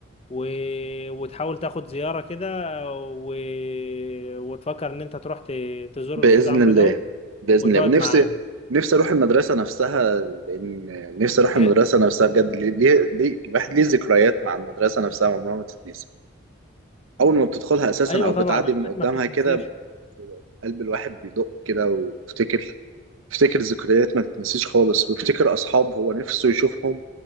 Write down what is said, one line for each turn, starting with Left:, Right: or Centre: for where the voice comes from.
Left: و... وتحاول تاخد زيارة كده و... وتفكر ان انت تروح ت... تزور
Right: بإذن
Left: الاستاذ عمرو
Right: الله
Left: ده
Right: بإذن
Left: وتقعد
Right: الله ونفسي
Left: معاه
Right: نفسي أروح المدرسة نفسها لأن نفسي أروح
Left: ت...
Right: المدرسة نفسها بجد ليه ليه ليه- الواحد ليه ذكريات مع المدرسة نفسها عمرها ما تتنسي أول ما بتدخلها أساسا
Left: ايوه
Right: أو
Left: طبعا
Right: بتعدي
Left: اوقات
Right: من قدامها
Left: ما بتتنسيش
Right: كده قلب الواحد بيدق كده وبيفتكر بيفتكر ذكريات ما تتنسيش خالص وبيفتكر أصحاب هو نفسه يشوفهم